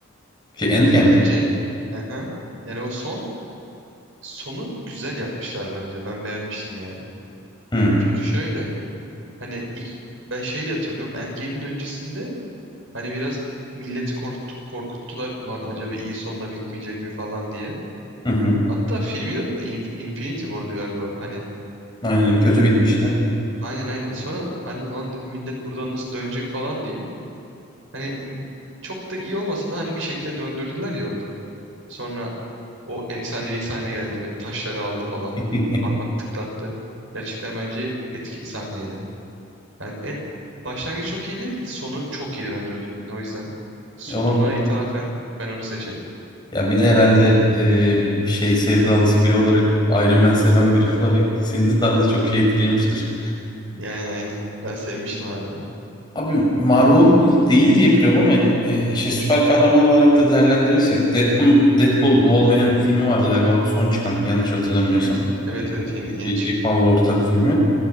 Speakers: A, on the left; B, on the right.
A: Şey Endgame
B: Ya bence
A: mi?
B: aha, yani o son sonu güzel yapmışlar bence. Ben beğenmiştim yani.
A: Hmm.
B: Çünkü şöyle hani ilk, ben şey de hatırlıyorum. Endgame'in öncesinde hani biraz milleti korktu, korkuttular. ulan acaba iyi sonla bitmeyecek mi falan diye.
A: Hı hı.
B: Hatta filmin adı da Inf- Infinity War'du galiba. Hani
A: Aynen kötü bitmişti.
B: aynen aynen. Sonra hani ulan dedi millet buradan nasıl dönecek falan diye. Hani çok da iyi olmasa da hani bir şekilde döndürdüler ya orada. Sonra o efsanevi sahne geldi ve taşları aldı falan.
A: <laughs>
B: Parmak tıklattı. Gerçekten bence etkili sahneydi. Yani en başlangıcı çok iyi değil, sonu çok iyiydi bence o filmin. O yüzden sonuna
A: Ya Olabilir.
B: ithafen ben onu seçerim.
A: Ya bir de herhalde e, şey sevdalısı biri olarak Iron Man seven biri <laughs> olarak seni daha da çok şey etkilemiştir.
B: Yani aynen. Ben sevmiştim abi ya.
A: Abi Marvel değil diye biliyorum ama e, işte süper kahraman olarak da değerlendirirsek Deadpool, Deadpool Wolverine filmi vardı galiba bu son çıkan yanlış hatırlamıyorsam.
B: Hı hı. Evet
A: E, e,
B: evet yeni yeni çıktı.
A: Jack Hall'la ortak filmi.